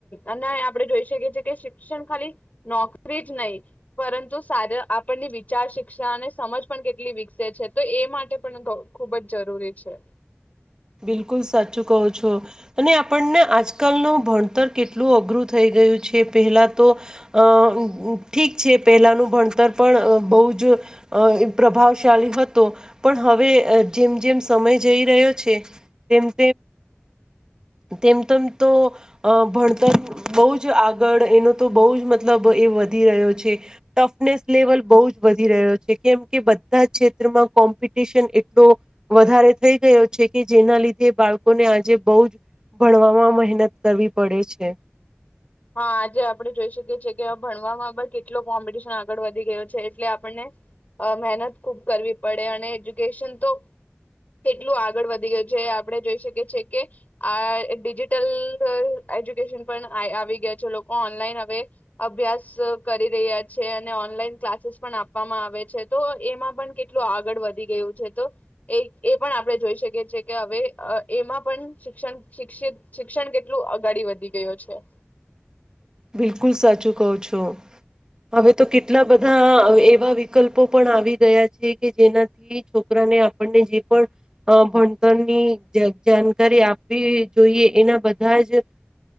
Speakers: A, on the left (about 35°); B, on the right (about 15°).
A: અને આપણે જોઈ શકીએ છએ કે શિક્ષણ ખાલી નોકરી જ નહી પરંતુ આપણની વિચાર શિક્ષણ અને સમજ પણ કેટલી વિકસે છે તો એ માટે પણ ખૂબ જ જરૂરી છે.
B: બિલકુલ સાચું કહો છો અને આપણને આજકાલનું ભણતર કેટલું અઘરું થઈ ગયું છે પહેલાં તો અ ઠીક છે પહેલાંનું ભણતર પણ બહુ જ પ્રભાવશાળી હતો પણ હવે જેમ જેમ સમય જઈ રહ્યો છે. તેમ તેમ તેમ તેમ તો ભણતર બહુ જ આગળ એનો તો બહુ જ મતલબ એ વધી રહ્યો છે ટફનેસ લેવલ બહુ જ વધી રહ્યો છે કેમ કે બધા ક્ષેત્રમાં કોમ્પિટિશન એટલો વધારે થઈ ગયો છે. કે જેના લીધે બાળકોને આજે બહુ જ ભણવામાં મહેનત કરવી પડે છે.
A: હા આજે આપણે જોઈ શકીએ છીએ કે ભણવામાં પણ કેટલો કોમ્પિટિશન આગળ વધી ગયો છે એટલે આપને મહેનત ખુબ કરવી પડે અને એજ્યુકેશન તો કેટલું આગળ વધી ગયું છે આપણે જોઈ શકીએ છએ કે આ ડિજિટલ એજ્યુકેશન પણ આવી લોકો ઓનલાઈન હવે અભ્યાસ કરી રહ્યા છે અને ઓનલાઈન ક્લાસીસ પણ આપવામાં આવે છે તો એમાં પણ કેટલું આગળ વધી ગયું છે તો એ એ પણ આપણે જોઈ શકીએ છ કે હવે એમાં પણ શિક્ષણ શિક્ષ શિક્ષણ કેટલું અગડી વધી ગયું છે.
B: બિલકુલ સાચું કવ છો હવે તો કેટલા બધા એવા વિકલ્પો પણ આવી ગયા છે કે જેનાથી છોકરાને આપણને જે પણ ભણતરની જાણકારી આપવી જોઈએ એના બધા જ